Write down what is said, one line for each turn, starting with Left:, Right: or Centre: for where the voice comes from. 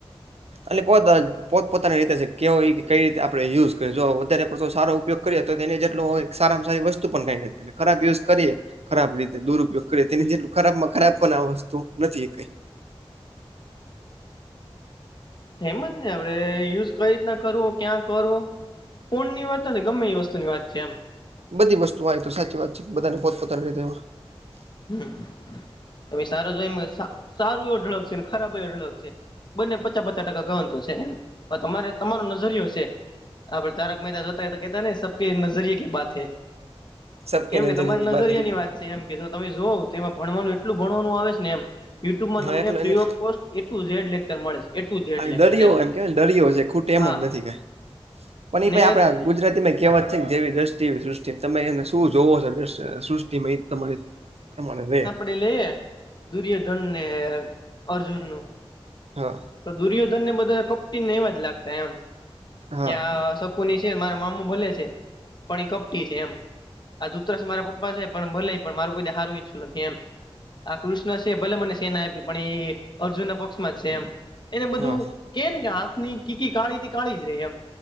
Right: અને પોત પોત પોતાની રીતે કેવય કઈ રીતે આપડણે યુઝ કર જો વધારે પડતો સારો ઉપયોગ એ તો તેને જેટલો સારામાં સારી વસ્તુ પણ ક ખરાબ યુઝ કરીએ ખરાબ રીતે દુરુપયોગ કરી તેને જેટલું ખરાબ માં ખરાબ પણ આ વસ્તુ નથી કઈ
Left: હમ જ ને આપડે યુઝ કઈ રીતના કરવો ક્યાં કરવો ફૂન ની વાત નથી ગમે એ વસ્તુની વાત છે એમ.
Right: બધી વસ્તુઓ આવીય તો સાચી વાત છે બધાને પોતપોતાની રીતે એમાં
Left: હમ તમે સારો જો એમ સારું એ અઢળક છે ને ખરાબ અઢળક છે બંને પચાસ પચાસ ટકા કતો છે એમ પણ તમારે તમારો નજરયો છે હા તારક મેહેતાજ હોતા તો કેતા ને સબ કે નજરિયા કેી બાતૈ
Right: સબકે
Left: એમ
Right: નજરિયે
Left: કે તમારે નજરિયા
Right: કી બાત હે
Left: ની વાત છે મ કે તમે જોવ તો એમાં ભણવાનું એટલું ભણવાનું આવે છે ને એમ યુટ્યુબમાં
Right: હા
Left: તમને
Right: એટલે
Left: ફ્રી
Right: એની
Left: of cost A to Z lecture મળે છે એ ટુ ઝેડ લેક્ચર
Right: દરિયો એમ કેવાયને દરિયો છે ખૂટ એમ
Left: હા
Right: જ નથી કઈ પણ એ
Left: ને
Right: ભાઈ આપડા ગુજરાતીમાં કહેવત છે ને જેવી દ્રષ્ટિ એવી સૃષ્ટિ તમે એને શું જોવો છો સૃષ્ટિમાં તમા પ્રમાણે રહેે
Left: આપ લે દુર્યોધન ને અર્જુન નું
Right: હા
Left: તો દુર્યોધન ને બધા કપટીને એવા જ લાગતા એમ
Right: હા
Left: કે આ ની છે મારા મામુ ભલે છે પણ એ કપટી છે એમ આ ધૂતરસ મારા પપ્પા છે પણ ભલે પણ મારું કોઈ સારું ઈચ્છું નથી એમ આ કૃષ્ણ છે ભલે મને સેના આપી પણ એ અર્જુન ના પક્ષમાં છે એમ એને બધું
Right: હા
Left: કે ને કે આંખની કીકી કાળી કાળી જ રહી એમ